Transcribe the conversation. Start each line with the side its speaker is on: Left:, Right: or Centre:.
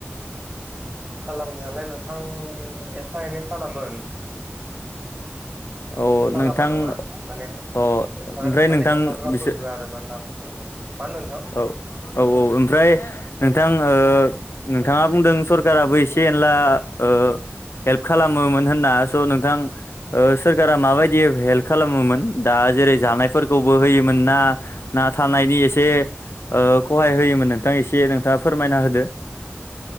Right: खालामनायालाय नोंथां एफा एनै खालामोन
Left: <unintelligible>
Right: खालामा
Left: नोंथां
Right: नङा माने
Left: अ ओमफ्राय
Right: एफा
Left: नोंथां
Right: माने एफाग्राब
Left: बिसोर
Right: बो होआ आरो <unintelligible> मा होनदों नोंथां
Left: औ औ औ ओमफ्राय नोंथां ओ नोंथाङा बुंदों सर काराबो एसे एनला ओ हेल्प खालामोमोन होनना स' नोंथां ओ सोरखारा माबायदि हेल्प खालामोमोन दा जेरै जानाय फोरखौबो होयोमोन ना ना थानायनि एसे खहाय होयोमोन नोंथां एसे नोंथाङा फोरमायना होदो।